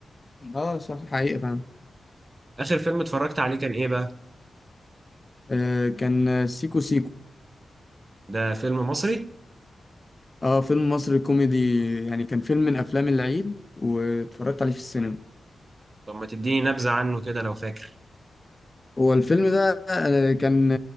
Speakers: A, on the left; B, on the right.
A: اه صح حقيقة فعلا
B: اخر فيلم اتفرجت عليه كان ايه بقى
A: آه كان سيكو سيكو
B: ده فيلم مصري
A: اه فيلم مصري كوميدي يعني كان فيلم من افلام العيد واتفرجت عليه في السينما
B: طب ما تديني نبذه عنه كده لو فاكر
A: هو الفيلم ده آه، كان